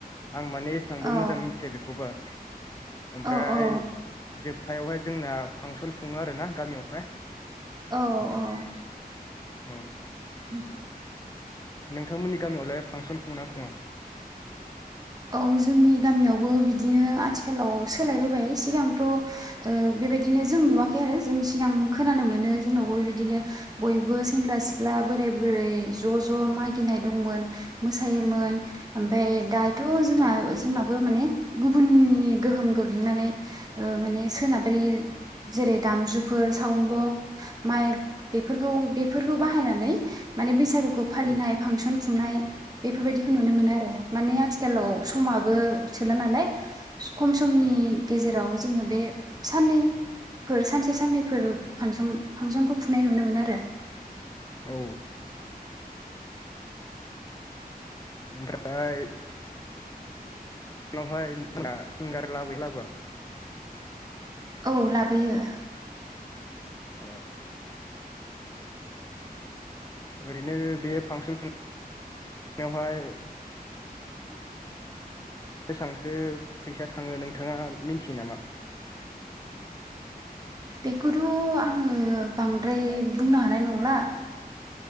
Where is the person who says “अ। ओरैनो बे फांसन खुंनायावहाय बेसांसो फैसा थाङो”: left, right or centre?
Left